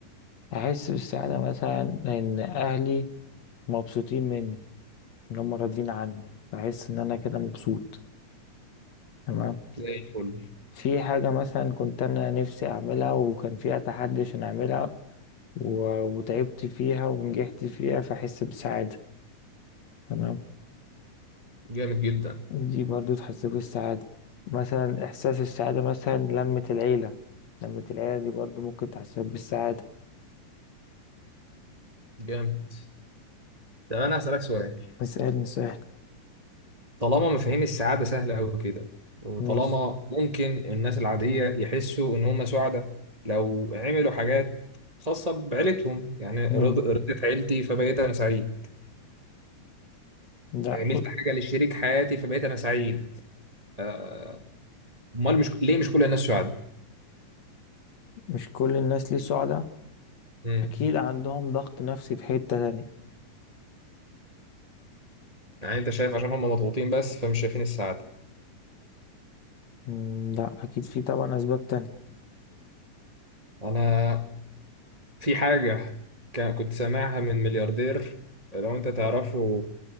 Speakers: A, on the left; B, on the right.
A: احس بالسعادة مثلا ان اهلي مبسوطين مني ان هم راضيين عني بحس ان انا كده مبسوط تمام
B: زي الفل
A: في حاجة مثلا كنت أنا نفسي أعملها وكان في أتحدي عشان أعملها و- وتعبت فيها ونجحت فيها فأحس بسعادة تمام
B: جامد جدا
A: دي برضو تحسسك بالسعادة مثلا إحساس السعادة مثلا لمة العيلة لمة العيلة دي برضو ممكن تحسسك بالسعادة
B: جامد طب انا هسألك سؤال
A: اسألني سؤال
B: طالما مفاهيم السعادة سهلة قوي كده وطالما
A: ماشي
B: ممكن الناس العادية يحسوا ان هم سعداء لو عملوا حاجات خاصة بعيلتهم يعني
A: مم.
B: رض- رضيت عيلتي فبقيت انا سعيد
A: لا
B: عملت حاجة لشريك حياتي فبقيت انا سعيد آه، امال مش ليه مش كل الناس سعداء
A: مش كل الناس ليه سعداء
B: مم.
A: أكيد عندهم ضغط نفسي في حتة تانية
B: يعني انت شايف عشان هم مضغوطين بس فمش شايفين السعادة
A: مم. لا أكيد في طبعا أسباب تانية
B: انا في حاجة ك- كنت سامعها من ملياردير لو انت تعرفه